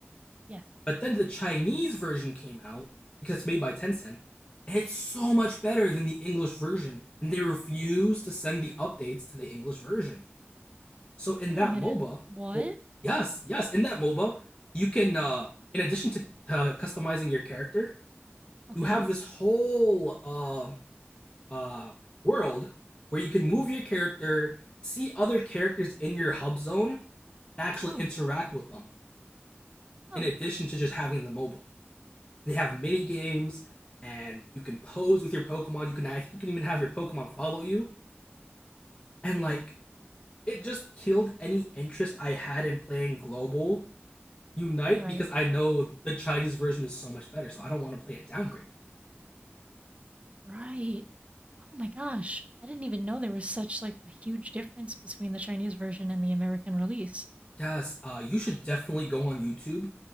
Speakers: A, on the right; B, on the left.
A: Yes.
B: But then the Chinese version came out because it's made by Tencent. And it's so much better than the English version, and they refuse to send the updates to the English version. So in
A: Wait
B: that
A: a minute.
B: MOBA,
A: What?
B: oh yes, yes, in that MOBA, you can uh in addition to uh, customizing your character,
A: Okay.
B: you have this whole uh uh world where you can move your character, see other characters in your hub zone, and actually
A: Oh.
B: interact with them.
A: Huh.
B: In addition to just having the MOBA, they have mini games, and you can pose with your Pokemon. You can I think you can even have your Pokemon follow you, and like it just killed any interest I had in playing global Unite
A: Right.
B: because I know the Chinese version is so much better, so I don't want to play a downgrade.
A: Right. Oh my gosh. I didn't even know there was such like a huge difference between the Chinese version and the American release.
B: Yes, uh, you should definitely go on YouTube